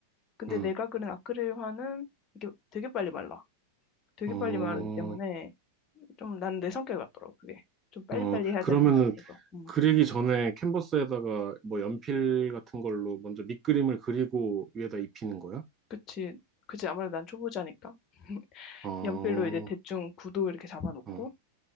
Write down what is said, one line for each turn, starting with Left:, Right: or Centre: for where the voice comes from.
Left: 근데
Right: 응,
Left: 내가 그린 아크릴화는 이게 되게 빨리 말라. 되게
Right: 어,
Left: 빨리 마르기 때문에 좀 난 내 성격이 맞더라고 그게 좀 빨리빨리
Right: 어,
Left: 해야
Right: 그러면은
Left: 되는 성격이 있어서 음.
Right: 그리기 전에 캔버스에다가 뭐 연필 같은 걸로 먼저 밑그림을 그리고 위에다 입히는 거야?
Left: 그치 그치 아무래도 난 초보자니까 <laughs>
Right: 어,
Left: 연필로 이제 대충 구도 이렇게 잡아놓고
Right: 어,